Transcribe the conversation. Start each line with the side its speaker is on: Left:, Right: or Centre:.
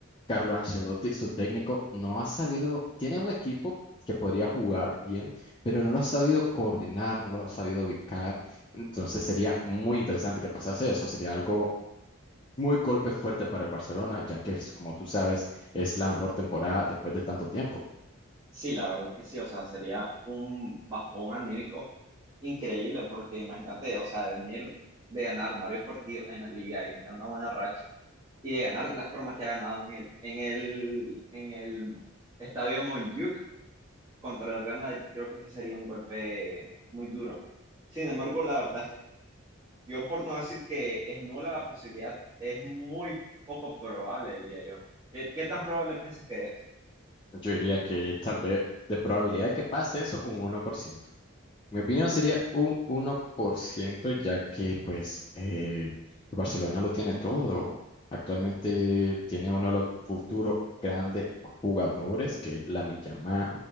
Left: Carlo Ancelotti, su técnico, no ha sabido, tiene un equipo que podría jugar bien, pero no lo ha sabido coordinar, no lo ha sabido ubicar. Entonces sería muy interesante que pasase eso, sería algo muy golpe fuerte para el Barcelona, ya que, es- como tú sabes, es la mejor temporada después de tanto tiempo.
Right: Sí, la verdad es que sí, o sea, sería un bajón anímico increíble porque imagínate, o sea, de venir de ganar varios partidos en la liga y tener una buena racha y de ganar de la forma que ha ganado en el, en el, en el estadio Montjuic contra el Real Madrid, creo que sí sería un golpe muy duro. Sin embargo, la verdad es que yo por no decir que es nula la posibilidad, es muy poco probable, diría yo. ¿Qué, qué tan probable piensas que es?
Left: Yo diría que tal vez de probabilidad de que pase eso, un uno por ciento. Mi opinión sería un uno por ciento ya que pues eh, el Barcelona lo tiene todo. Actualmente tiene uno de los futuros grandes jugadores, que es Lamine Yamal.